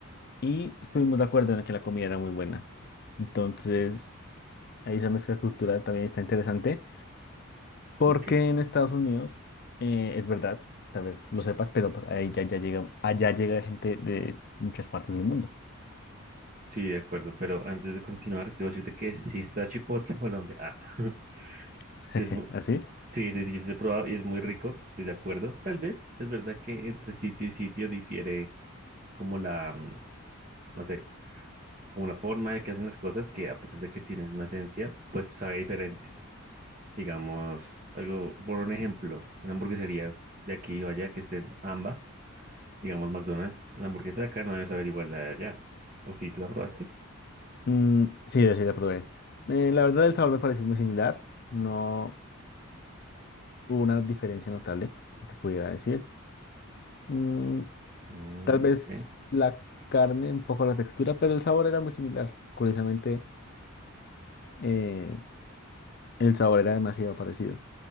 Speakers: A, on the left; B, on the right.
A: y estuvimos de acuerdo en que la comida era muy buena. Entonces, ahí esa mezcla cultural también está interesante. Porque
B: Ok,
A: en Estados Unidos, eh, es verdad, tal vez lo sepas, pero pues, ahí ya, ya llega, allá llega gente de muchas partes del mundo.
B: sí, de acuerdo pero antes de continuar, te voy a decirte que sí está Chipotle en Colombia. Ah, <laughs>
A: <laughs>
B: sí es mu-
A: ¿Así?
B: Sí, sí, sí, yo sí lo he probado y es muy rico, estoy de acuerdo. Tal vez es verdad que entre sitio y sitio difiere como la, mm, no sé, como la forma de que hacen las cosas, que a pesar de que tienes una esencia, pues sabe diferente. Digamos, algo, por un ejemplo, una hamburguesería de aquí o allá que estén ambas, digamos McDonald's, la hamburguesa de acá no debe saber igual la de allá. ¿O si tú la probaste?
A: Mm, sí, yo sí la probé. Eh, la verdad, el sabor me pareció muy similar. No hubo una diferencia notable que te pudiera decir. Mm,
B: Mm,
A: tal vez
B: ok.
A: la carne, un poco la textura, pero el sabor era muy similar. Curiosamente, eh, el sabor era demasiado parecido.